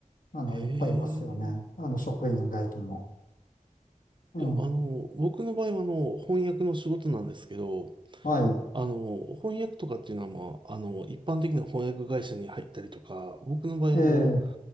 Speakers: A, on the left; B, on the right.
A: あの、
B: え
A: いっぱいいますよね。
B: え。
A: あの、職員以外でも。うん。
B: いや、あの、僕の場合はあの、翻訳の仕事なんですけど、
A: はい。
B: あの、翻訳とかっていうのは、まあ、あの、一般的な翻訳会社に入ったりとか、僕の場合はも
A: ええ、